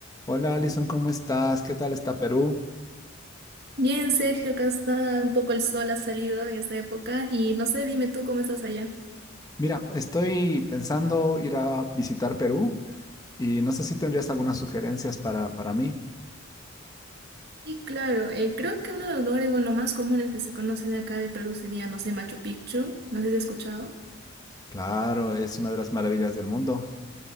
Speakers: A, on the left; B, on the right.
A: Hola Alison, ¿cómo estás? ¿Qué tal está Perú?
B: Bien, Sergio, acá está un poco el sol ha salido en esta época y no sé, dime tú cómo estás allá.
A: Mira, estoy pensando ir a visitar Perú y no sé si tendrías algunas sugerencias para, para mí.
B: Y claro, eh, creo que uno de los lugares, bueno, más comunes que se conocen acá de Perú sería, no sé, Machu Picchu, no sé si has escuchado.
A: Claro, es una de las maravillas del mundo.